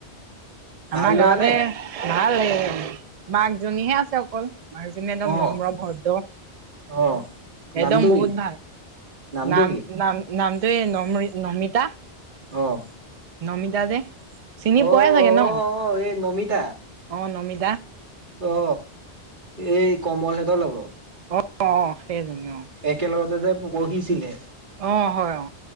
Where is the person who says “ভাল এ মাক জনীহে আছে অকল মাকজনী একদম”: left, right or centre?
Right